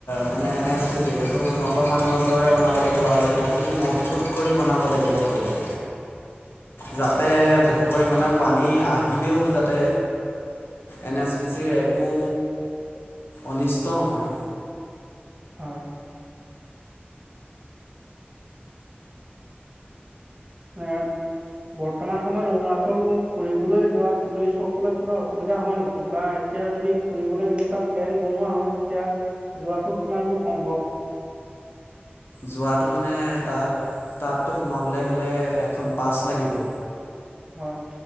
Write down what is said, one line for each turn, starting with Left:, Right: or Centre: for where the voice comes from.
Left: মানে এনে সিতি সেইটো উন্নত মানদণ্ডৰে বনাব লাগিব আৰু বহুত। মজবুত কৰি বনাব লাগিব হৈতো যাতে
Right: হয়,
Left: বহু পৰিমাণৰ পানী পানী আহিলেও যাতে এন এছ পি চিৰ একো অনিষ্ট নহয়।
Right: হয়। উম বৰ্তমান সময়ত অৰুণাচল ফুৰিবলৈ যোৱা টুৰিষ্ট সকলত কিবা অসুবিধা হয় নেকি বা এতিয়া যদি ফুৰিবলৈ তেনেকুৱা প্লেন বনোৱা হয় তেতিয়া যোৱাটো কিমান দূৰ সম্ভৱ?
Left: যোৱাটো মানে তাত তাততো সোমাবলৈ হলে এখন পাচ লাগিব।
Right: হয়।